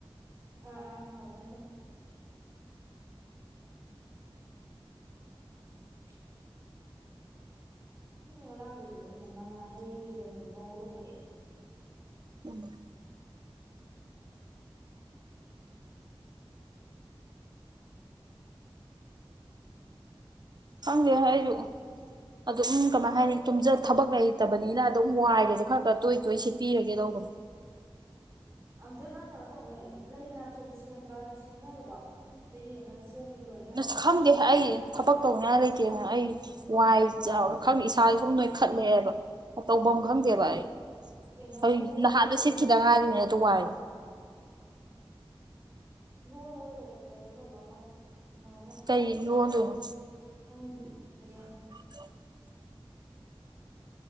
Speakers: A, on the right; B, on the right.
A: ꯑꯥ ꯑꯥ ꯋꯥꯔꯗꯦꯟꯗꯣ <inaudible> ꯑꯗꯨ ꯉꯔꯥꯡꯗꯁꯨ ꯃꯥ ꯉꯥꯍꯩꯒ ꯌꯦꯟ ꯉꯧꯔꯒ ꯄꯤꯔꯛꯑꯦ
B: ꯎꯝ ꯈꯪꯗꯦ ꯑꯩꯖꯨ ꯑꯗꯨꯝ ꯀꯃꯥꯏ ꯍꯥꯏꯅꯤ ꯇꯨꯝꯖ ꯊꯕꯛ ꯂꯩꯇꯕꯅꯤꯅ ꯑꯗꯨꯝ ꯋꯥꯏꯒꯁꯦ ꯈꯔ ꯈꯔ ꯇꯣꯏ ꯇꯣꯏ ꯁꯤꯠꯄꯤꯔꯒꯦ ꯇꯧꯕꯅꯦ
A: ꯑꯝꯇ ꯅꯪ ꯀꯩꯅꯣ ꯇꯧꯅꯦ ꯂꯩ ꯅꯥꯆꯨꯝ ꯁꯦꯝꯕꯅ ꯁꯦꯝꯅꯕꯗꯣ ꯌꯨꯇ꯭ꯌꯨꯕꯇ ꯌꯦꯡꯉꯒ ꯁꯦꯝꯃ ꯌꯣꯟ
B: ꯑꯁ ꯈꯪꯗꯦ ꯑꯩ ꯊꯕꯛ ꯇꯧꯅꯤꯉꯥꯏ ꯂꯩꯇꯦꯅ ꯑꯩ ꯋꯥꯏ ꯆꯥꯎꯔ ꯈꯪ ꯏꯁꯥꯖꯦ ꯁꯨꯝ ꯅꯣꯏꯈꯠꯂꯛꯑꯦꯕ ꯇꯧꯕꯝ ꯈꯪꯗꯦꯕ ꯑꯩ
A: ꯀꯩꯅꯣꯝꯃ
B: ꯍꯧꯏ
A: ꯂꯣꯜꯂꯒ
B: ꯅꯍꯥꯟꯗ ꯁꯤꯠꯈꯤꯗ
A: ꯂꯩ
B: ꯉꯥꯏꯔꯤꯅꯤ ꯇꯣ ꯋꯥꯏ
A: ꯂꯣꯜꯂꯒ ꯂꯩꯌꯨ ꯀꯩꯅꯝꯃ ꯑꯐꯕ ꯑꯃ
B: ꯀꯩ ꯂꯣꯟꯗꯣꯏꯅꯣ
A: ꯈꯪꯗꯦ ꯍꯌꯦꯡ
B: ꯑꯗꯨ